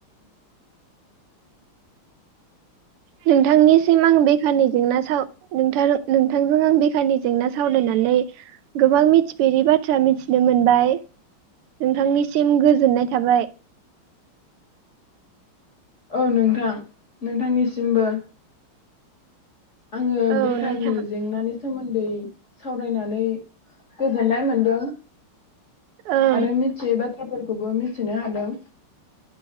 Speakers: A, on the right; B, on the left.
A: नोंथांनिसिम आं बेखारनि जेंना साव नोंथांजों आं बेखारनि जेंना सावरायनानै गोबां मिथिफेरि बाथ्रा मिथिनो मोनबाय नोंथांनिसिम गोजोननाय थाबाय।
B: औ नोंथां नोंथांनिसिमबो। आङो
A: औ
B: बेखारनि
A: नोंथां
B: जेंनानि सोमोन दै सावरायनानै गोजोननाय मोनदों
A: ओं
B: आरो मिथियै बाथ थ्राफोरखौबो मिथिनो हादों।